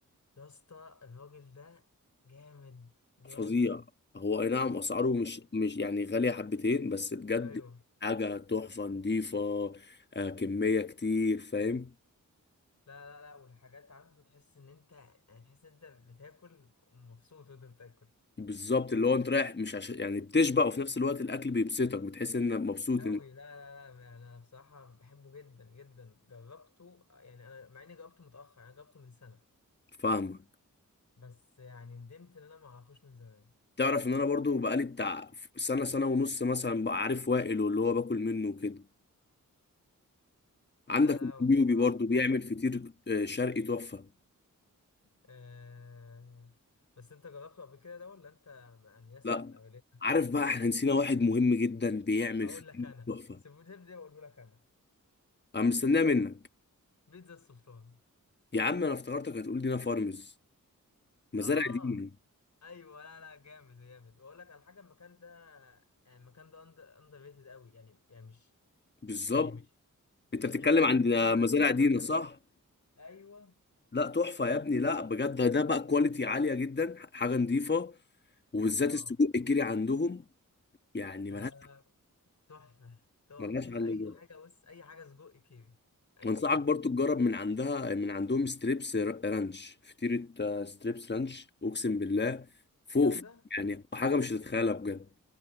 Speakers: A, on the left; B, on the left.
A: يا اسطى الراجل ده جامد جامد
B: فظيع هو اي نعم اسعاره
A: مش طبيعي
B: مش مش يعني غاليه حبتين بس بجد
A: ايوه
B: حاجه تحفه نضيفه آه كميه كتير فاهم
A: لا لا لا والحاجات عنده تحس ان انت يعني تحس ان انت بتاكل مبسوط وانت بتاكل
B: بالظبط اللي هو انت رايح مش عشان يعني بتشبع وفي نفس الوقت الاكل بيبسطك بتحس انك مبسوط
A: أوي
B: انك
A: لا لا لا أنا بصراحة بحبه جدا جدا جربته يعني أنا مع إني جربته متأخر أنا جربته من سنة
B: فاهمك
A: بس يعني ندمت إن أنا ما أعرفوش من زمان
B: تعرف ان انا برضو بقالي بتاع سنه سنه ونص مثلا بقى عارف وائل واللي هو باكل منه وكده عندك
A: لا لا
B: النيوبي
A: بصراحة
B: برضو
A: تحفة
B: بيعمل فطير آه، شرقي تحفه
A: آه بس أنت جربته قبل كده ده ولا أنت مع الناس
B: لا
A: كان أولين
B: عارف بقى احنا نسينا واحد مهم جدا بيعمل
A: هقول
B: فطير
A: لك أنا
B: تحفه
A: سيبوني تبدأ وأقوله لك أنا
B: انا مستناه منك
A: بيتزا السلطان
B: يا عم انا افتكرتك هتقول دينا فارمز مزارع
A: آه
B: دينا
A: أيوه لا لا جامد جامد وأقول لك على حاجة المكان ده يعني المكان ده أندر ريتد أوي يعني يعني مش
B: بالظبط
A: يعني مش مش
B: انت بتتكلم
A: ناس كتير
B: عن
A: بتتكلم عنه
B: مزارع
A: وعنه
B: دينا
A: جامد
B: صح
A: ايوه
B: لا تحفه يا ابني لا بجد ده ده بقى كواليتي عاليه جدا حاجه نظيفه وبالذات
A: اه
B: السجق الكيري عندهم يعني
A: آه،
B: ملهاش
A: تحفة تحفة
B: ملهاش حل
A: أي
B: بجد
A: حاجة بص أي حاجة سجق كيري أي
B: وانصحك
A: حاجة
B: برضو تجرب من عندها من عندهم ستريبس رانش فطيره آه، ستريبس رانش اقسم بالله فوق
A: جامدة
B: فوق. يعني حاجه مش هتتخيلها بجد